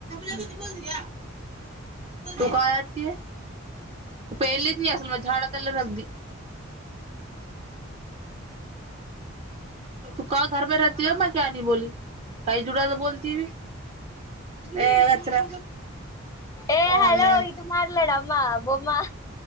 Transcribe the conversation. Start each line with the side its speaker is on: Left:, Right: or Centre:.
Right: యూనిటిలిజిబుల్ తు కా రహతిహె పేల్లీ త్ని అసల్ ఝాడా తల్లే రగ్గేది త కాఘర్ మే రకతి హ్ కనీ బోల్ కయికు జుడాకో బోత్తి ఏ గచ్చురో
Left: ఏ
Right: అ
Left: హలో ఇటు మాట్లాడమ్మా బొమ్మ